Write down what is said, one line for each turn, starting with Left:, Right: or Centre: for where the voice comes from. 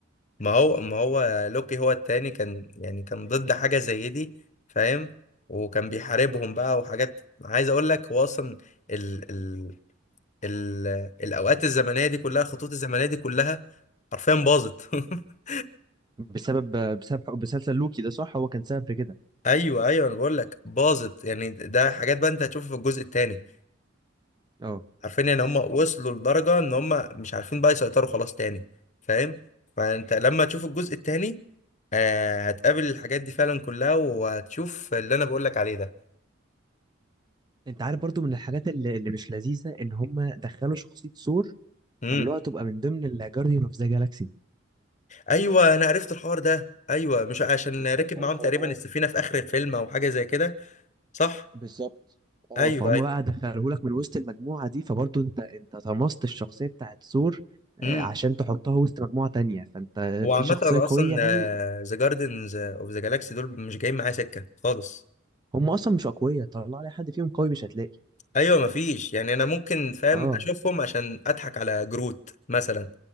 Left: ما هو ما هو لوكي هو التاني كان يعني كان ضد حاجة زي دي فاهم وكان بيحاربهم بقى وحاجات عايز اقول لك هو اصلا ال ال ال الاوقات الزمنية دي كلها الخطوط الزمنية دي كلها حرفيا باظت <laughs>
Right: بسبب بسبب بسلسل لوكي ده صح هو كان سبب في كده
Left: ايوه ايوه انا بقول لك باظت يعني ده حاجات بقى انت هتشوفها في الجزء الثاني
Right: اه
Left: عارفين ان هم وصلوا لدرجه ان هم مش عارفين بقى يسيطروا خلاص تاني فاهم فانت لما تشوف الجزء الثاني آه هتقابل الحاجات دي فعلا كلها وهتشوف اللي انا بقول لك عليه ده
Right: انت عارف برضو من الحاجات اللي, اللي مش لذيذه ان هم دخلوا شخصيه ثور
Left: امم
Right: خلوها تبقى من ضمن الجارديان اوف ذا جالاكسي
Left: ايوه انا عرفت الحوار ده ايوه مش عشان
Right: الحق
Left: ركب معاهم
Right: الحق
Left: تقريبا
Right: اه
Left: السفينه في اخر الفيلم او حاجه زي كده صح
Right: بالظبط اه
Left: ايوه
Right: فهم
Left: ايوه
Right: بقى دخلوهولك من وسط المجموعه دي فبرضو انت انت طمست الشخصيه بتاعت ثور آه،
Left: امم
Right: عشان تحطها وسط مجموعه تانية فانت
Left: هو عامه
Right: في شخصيه
Left: انا اصلا
Right: قويه قوي
Left: ذا جاردنز اوف ذا جالاكسي دول مش جايين معايا سكه خالص
Right: هم اصلا مش اقوياء طلع لي حد فيهم قوي مش هتلاقي
Left: ايوه مفيش يعني انا ممكن فاهم
Right: اه
Left: اشوفهم عشان اضحك على جروت مثلا